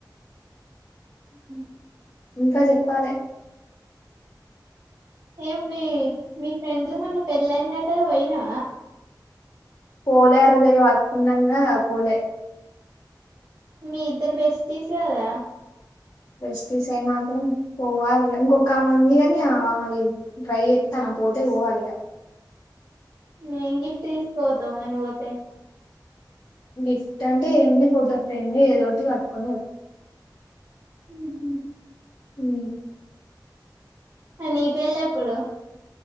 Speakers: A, on the right; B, on the left.
A: <inaudible>
B: ఇంకా చెప్పాలి
A: ఏం మీ మీ ఫ్రెండ్లు మొన్న పెళ్లయిన వెంటనే పోయినా
B: పోలే ఆరోగ్యంగా వర్క్ ఉన్నాంగా పోలే
A: మీ ఇద్దరు బెస్టీస్ కదా
B: బెస్టీస్ మాత్రం పోవాలిగా ఇంకొక్క ఆమె ఉంది అని మరి ట్రై చేస్తాను పోతే పోవాలిగా
A: మేం గిఫ్ట్ తీసుకుపోతాం మరి పోతే
B: గిఫ్ట్ అంటే ఏమింది ఫోటో ఫ్రేమ్ ని ఏదో ఒకటి కట్టుకొని పోతారు
A: ఉ ఉ
B: హు
A: నీ పెళ్ళెప్పుడు